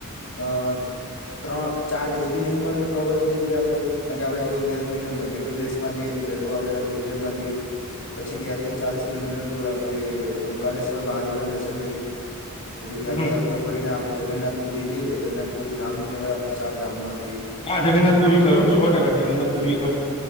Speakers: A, on the left (about 65°); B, on the left (about 25°).
A: અ ત્રણ ચાર જ્યોતિર્લિંગ પણ કવર થઈ જાય આપડે કારણ કે આપડે જો અહિયાંથી જઈએ તો મધ્યપ્રદેશ માં જઈએ તો પહેલું આપડણે ઉજ્જૈનમાં જઈએ. પછી ત્યાંથી ચાલીસ કિલોમીટર દૂર આપણે ઓમકલેશ્વર મહાદેવના દર્શન કરીએ પછી ત્યાંથી
B: હમ
A: આખું. ફરીને આપડણે જગન્નાથપુરી જઈએ જગન્નાથપુરી ધામ કહેવાય આપડણે ચાર ધામમાં જઈએ.
B: હા જગન્નાથપુરી ખરું સો ટકા જગન્નાથપુરી
A: હમ
B: ખરું